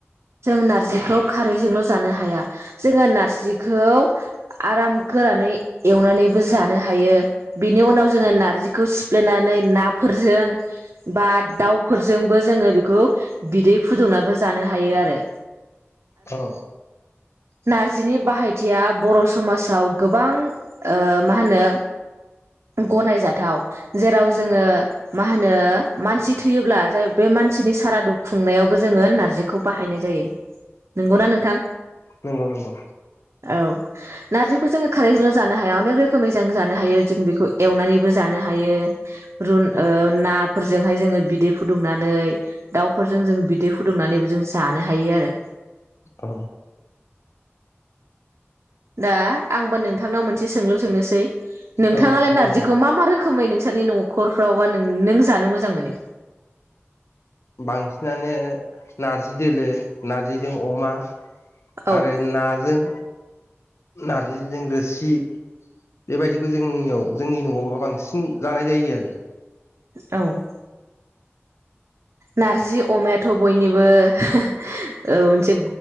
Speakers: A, on the right; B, on the left.
A: जों नार्जिखौ खारैजोंल जानो हाया जोंङो नार्जिखौ आराम गोरानै एवनानैबो जानो हायो बेनि उनाव जोंङो नार्जिखौ सिफ्लेनानै नाफोरजों बा दाउफोरजोंबो जोंङो बेखौ बिदै फुदुंनाबो जानो हायो आरो दे
B: औ
A: नारजिनि बाहायथिया बर' समाजाव गोबां ओ मा होनो गनायजाथाव जेराव जोंङो मा होनो मानसि थैयोब्ला बे मानसिनि सारादु खुंनायावबो जोंङो नार्जिखौ बाहायनाय जायो नंगौना नोंथां
B: नंगौ नंगौ
A: औ नारजिखौ जोङो खारैजोंल' जानो हाया। अनेक रोखोमै जों जानो हायो जों बेखौ एवनानैबो जानो हायो रुन ओ नाफोरजोंहाय जोङो बिदै फुदुंनानै दाउफोरजों जोङो बिदै फुदुंनानैबो जानो हायो आरो
B: औ
A: दा आंबो नोंथांनाव मोनसे सोंलु सोंनोसै नोंथाङालाय
B: औ सोंनो
A: नारजिखौ
B: हागोन
A: मा मा रोखोमै नों नोंसानि न'खरफ्रावबा नों जानो मोजां मोनो?
B: बांसिनानो नारजि दोलो नारजिजों अमा।
A: औ
B: आरो नाजों नारजिजों रोसि बेबायदिखौ जोंनियाव जोंनि न'आवनो बांसिन जानाय जायो आरो
A: औ नारजि अमायाथ' बयनिबो होह